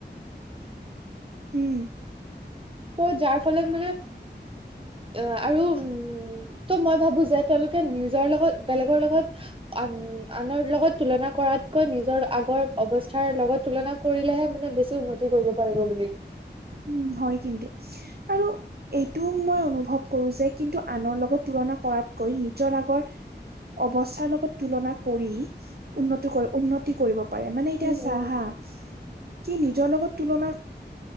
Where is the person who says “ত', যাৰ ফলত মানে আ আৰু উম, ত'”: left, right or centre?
Right